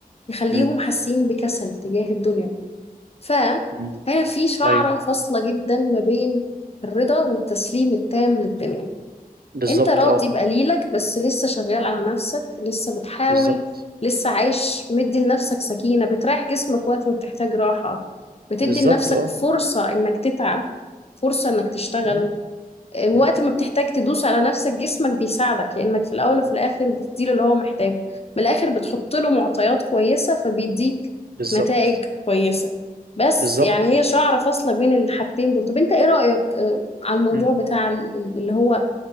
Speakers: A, on the left; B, on the right.
A: يخليهم
B: مم.
A: حاسين بكسل تجاه الدنيا فهنا
B: مم.
A: في شعرة
B: ايوه
A: فاصلة جدا ما بين الرضا والتسليم التام للدنيا
B: بالظبط
A: انت راضي
B: اه
A: بقليلك بس لسه شغال على نفسك لسه بتحاول
B: بالظبط
A: لسه عايش مدي لنفسك سكينة بتريح جسمك وقت ما بتحتاج راحة بتدي
B: بالظبط
A: لنفسك
B: اه
A: فرصة انك تتعب فرصة انك تشتغل
B: مم.
A: اه، وقت
B: مم.
A: ما بتحتاج تدوس على نفسك جسمك بيساعدك لانك في الاول وفي الاخر بتديله اللي هو محتاجه من الاخر بتحط له معطيات كويسة فبيديك
B: بالظبط
A: نتائج كويسة بس
B: بالظبط
A: يعني هي شعرة فاصلة بين الحاجتين دول طب انت ايه رأيك اه، على الموضوع
B: مم.
A: بتاع ال- اللي هو